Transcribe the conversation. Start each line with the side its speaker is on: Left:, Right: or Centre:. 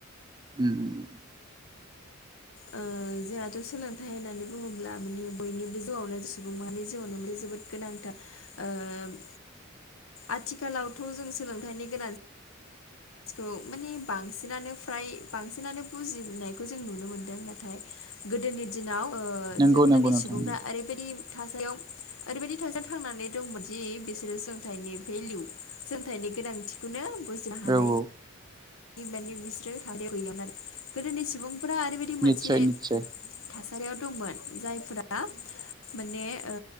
Right: उम उम।
Left: ओ जोंहाथ' सोलोंथाइ होननानै बुङोब्ला माने बयनिबो जिउआवनो सुबुं माहारिनि जिउआवनो माने जोबोद गोनांथार ओम आथिखालावथ' जों सोलोंथाइनि गोनांथ थिखौ माने बांसिनानो फ्राय बांसिनानो बुजिनायखौ जों नुनो मोनदों नाथाय गोदोनि दिनाव ओ
Right: नंगौ
Left: जों गोदोनि
Right: नंगौ नोंथां
Left: सुबुंफ्रा ओरैबायदि थासारियाव ओरैबायदि थासारियाव थांनानै दंमोन जि बिसोरो सोलोंथाइनि भेलु सोलोंथाइनि गोनांथिखौनो बुजिनो हानाय
Right: औ औ
Left: दि माने बिसोरो थारियाव गैयामोन आरो गोदोनि सुबुंफोरा ओरैबायदि मोनसे
Right: निस्सय निस्सय
Left: थासारियाव दंमोन जायफोरा माने ओ